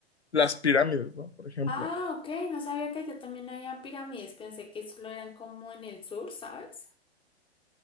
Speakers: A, on the left (about 85°); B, on the left (about 15°).
A: las pirámides, ¿no? Por ejemplo,
B: Ah, ok, no sabía que allá también había pirámides, pensé que solo eran como en el sur, ¿sabes?